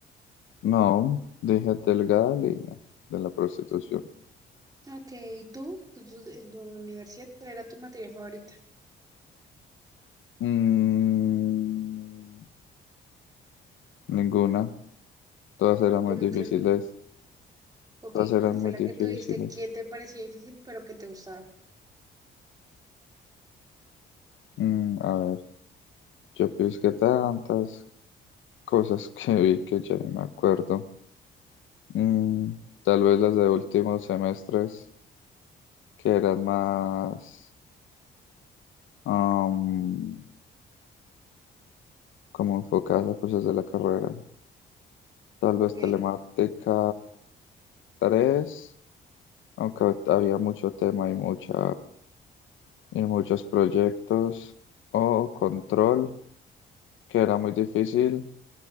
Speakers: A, on the left; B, on the right.
A: No, déjate delgada línea de la prostitución.
B: Ok, ¿y tú? ¿Tú- tú- en tu universidad, ¿cuál era tu materia favorita?
A: Mm, ninguna. Todas eran muy
B: Como
A: difíciles.
B: que ni... Ok,
A: Todas eran
B: ¿cuál fue
A: muy
B: la
A: difíciles.
B: que tú dijiste que te parecía difícil pero que te gustaba?
A: Mm, a ver, yo pienso que tantas cosas <laughs> que vi que ya ni me acuerdo. Mm, tal vez las de últimos semestres que eran más am, como enfocadas a cosas de la carrera. Tal
B: Ok,
A: vez telemática tres aunque había mucho tema y, mucha, y muchos proyectos. O control, que era muy difícil,